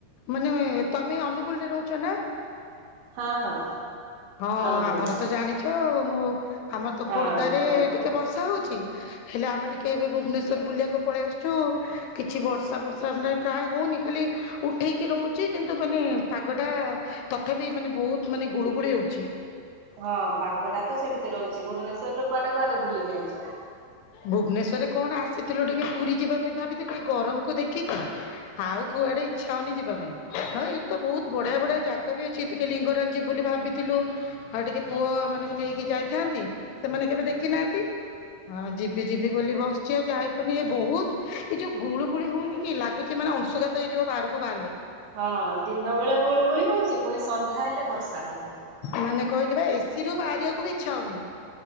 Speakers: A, on the left; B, on the right.
A: ମାନେ ତମେ ଅନୁଗୁଳରେ ରହୁଚ ନା?
B: ହଁ ହଁ।
A: ହଁ
B: ଅନୁଗୁଳ
A: ଆମର ତ ଜାଣିଚ ଆଉ ମୁଁ ଆମର ତ
B: ହଁ
A: ଖୋର୍ଦ୍ଧାରେ
B: ଖୋର୍ଦ୍ଧା
A: ଟିକେ ବର୍ଷା ହଉଚି ହେଲେ ଆମେ ଟିକେ ଏବେ ଭୁବନେଶ୍ୱର ବୁଲିଆକୁ ପଳେଇ ଆସଚୁ। କିଛି ବର୍ଷା ପର୍ସା ନାଇ ପ୍ରାୟ ହଉନି ଖାଲି ଉଠେଇକି ରହୁଚି କିନ୍ତୁ ମାନେ ପାଗଟା ତଥାପି ମାନେ ବହୁତ ମାନେ ଗୁଳୁଗୁଳି ହଉଚି।
B: ହଁ ପାଗଡା ତ ସେମିତି ରହୁଚି ଭୁବନେଶ୍ୱରରେ କୁଆଡେ କୁଆଡେ ବୁଲି ଯାଇଚ?
A: ଭୁବନେଶ୍ଵରରେ କଣ ଆସିଥିଲୁ ଟିକେ ପୁରୀ ଯିବା ପାଇଁ ଭାବିଥିଲୁ ଏ ଗରମକୁ ଦେଖିକି ଆଉ କୁଆଡେ ଇଚ୍ଛା ହଉନି ଯିବା ପାଇଁ ନ ଏଇଡ୍ ତ ବହୁତ୍ ବଢିଆ
B: ହଁ
A: ବଢିଆ ଜା ଗା ବି ଅଛି ଟିକେ ଲିଙ୍ଗରାଜ୍ ଯିବୁ ବୋଲି ଭାବିଥିଲୁ। ଆଉ ଟିକେ ପୁଅ ମାନଙ୍କୁ ନେଇକି ଯାଇଥାନ୍ତି ସେମାନେ କେବେ ଦେଖି ନାହାନ୍ତି ଆ ଯିବି ଯିବି ବୋଲି ବସଛି ଆଉ ଯାାଇପନି ବହୁତ୍ ଏ ଯୋ ଗୁଳୁ ଗୁଳି ହଉନି କି ଲାଗୁ ଚି ମାନେ ଅଂଶୁଘାତ ହେଇଯିବ ବାହାରକୁ ବାହାରିଲେ।
B: ହଁ ଦିଣ୍ଡ ବେଳେ ହୁଳୁ ହୁଳି ହଉଚି ପୁଣି ସନ୍ଧ୍ୟା ହେଲେ ବର୍ଷା ହେଇଯାଉ
A: ମାନେ କହିଲେ ବା ଏସିିରୁୁ ବାହାରିବାକୁ ବି ଇଚ୍ଛା ହଉନି।